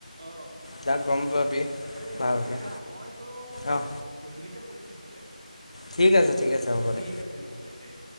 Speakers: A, on the right; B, on the left.
A: অহ
B: তাক গম পাবি।
A: এই
B: ভালকৈ
A: ৰবিহা মইতো
B: অঁ
A: অলপ গধূলিকে কৰিম নহ'লে।
B: ঠিক আছে ঠিক আছে হ'ব
A: ঠিক
B: দে।
A: আছে নহ'লে দে